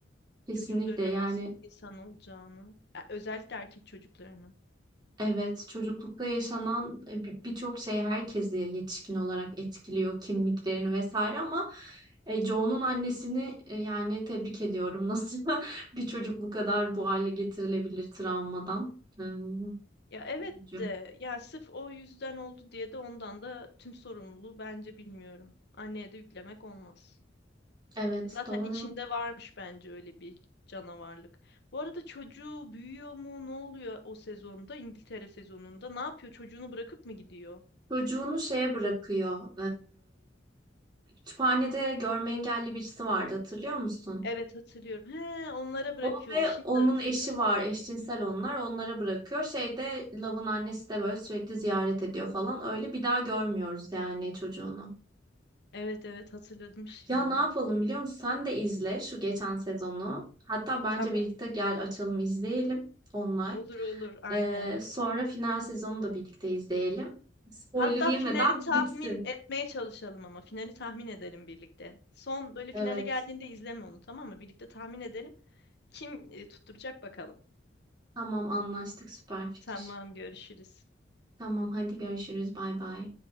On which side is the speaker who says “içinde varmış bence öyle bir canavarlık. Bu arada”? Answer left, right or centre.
Left